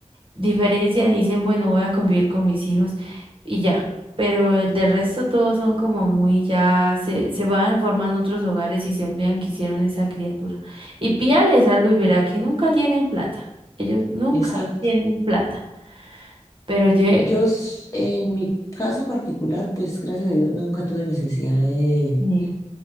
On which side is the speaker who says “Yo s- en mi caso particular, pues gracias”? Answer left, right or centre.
Left